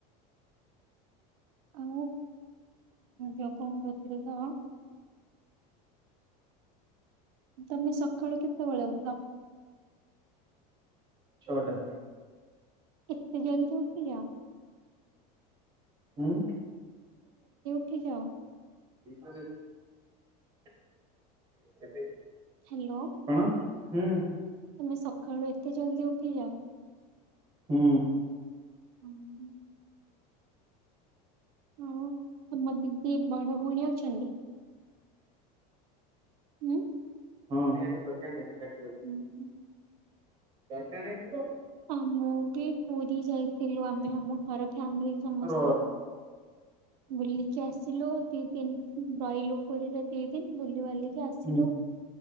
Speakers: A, on the right; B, on the right.
A: ଆଉ ଯୋକ <unintelligible> ତମେ ସକାଳୁ କେତବେଳେ ଉଠ?
B: ଛଟା।
A: ଏତେ ଜଲଦି ଉଠି ଯାଅ?
B: ହୁଁ।
A: ଉଠି ଯାଅ।
B: <unintelligible>
A: ହାଲୋ।
B: କଣ? ହୁଁ।
A: ତମେ ସକାଳୁ ଏତେ ଜଲଦି ଉଠିଯାଅ।
B: ହୁଁ।
A: ହୁଁ, ହୁଁ। ଆଉ, ତମ ଦିଦି ବଡ ଭଉଣୀ ଅଛନ୍ତି? ହୁଁ।
B: ହଁ ଏଇ ତ-
A: ହୁଁ, ହୁଁ।
B: କାରଖାନା ଜୀବ।
A: ଆ' ମୁ ବି ପୁରୀ ଯାଇଥିଲୁ, ଆମେ ଆମ ଘର ଫ୍ୟାମିଲି ସମସ୍ତେ।
B: ର
A: ବୁଲିକି ଆସିଲୁ। ଦି, ଦିନ ରହିଲୁ ପୁରୀରେ, ଦି ଦିନ ବୁଲି ବାଲି କି, ଆସିଲୁ।
B: ହୁଁ